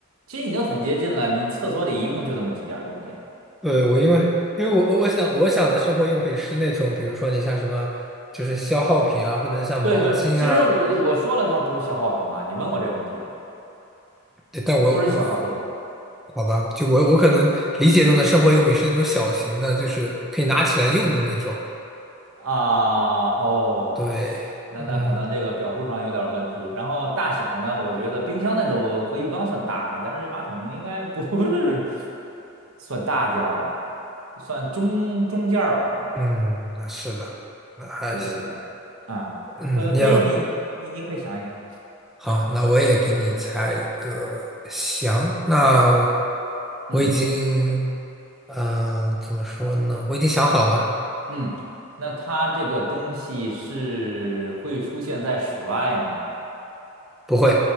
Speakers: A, on the right; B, in the centre.
A: 其实已经很接近了，你厕所里一共就这么几件儿东西。
B: 对，我因为因为我我想我想的生活用品是那种，比如说你像什么，就是消耗品啊，或者像毛巾啊，
A: 对对，其实我我说了，它不是消耗品嘛？你问过这问题，
B: 对但我我
A: 它不是消耗品
B: 好吧，就我我可能理解中的生活用品是那种小型的，就是可以拿起来用的那种，
A: 啊。哦，
B: 对，
A: 那那可能这个表述上有点儿问题。
B: 嗯
A: 然后大小呢，我觉得冰箱那都和浴缸算大的，但是这马桶应该不是 <laughs> 算大件儿吧？算中中件儿吧，应该是。
B: 嗯，那是的，那还行，
A: 对对对，啊，
B: 嗯，
A: 可可以，
B: 一样。
A: 你你你你可以想一个，
B: 好，那我也给你猜一个。行，那
A: 嗯
B: 我已经，嗯、怎么说呢？我已经想好了，
A: 嗯，那它这个东西是会出现在室外吗？
B: 不会，